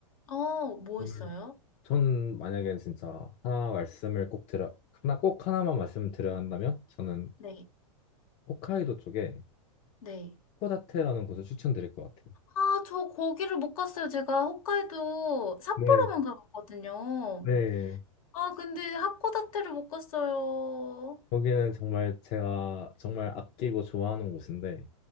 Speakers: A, on the left (about 80°); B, on the left (about 35°).
A: 어, 뭐
B: 저는
A: 있어요?
B: 전 만약에 진짜 하나 말씀을 꼭 드려 하나 꼭 하나만 말씀을 드려야 한다면 저는
A: 네.
B: 홋카이도 쪽에
A: 네.
B: 코다테라는 곳을 추천드릴 것 같아요.
A: 아, 저 거기를 못 갔어요. 제가 홋카이도 삿포로만
B: 네,
A: 가봤거든요.
B: 네.
A: 아, 근데 하코다테를 못 갔어요.
B: 거기는 정말 제가 정말 아끼고 좋아하는 곳인데